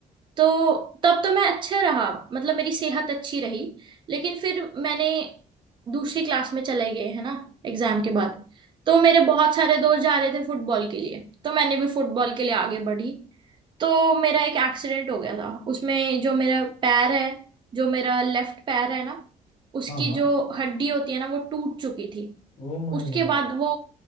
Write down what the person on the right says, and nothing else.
तो तब तो मैं अच्छा रहा मतलब मेरी सेहत अच्छी रही लेकिन फिर मैंने दूसरी क्लास में चले गए है ना एग्जाम के बाद तो मेरे बहुत सारे दोस्त जा रहे थे फुटबॉल के लिए तो मैंने भी फुटबॉल के लिए आगे बढ़ी तो मेरा एक एक्सीडेंट हो गया था उसमें जो मेरा पैर है जो मेरा लेफ्ट पैर है ना उसकी
जो हड्डी होती है ना वो टूट चुकी थी
उसके
बाद वो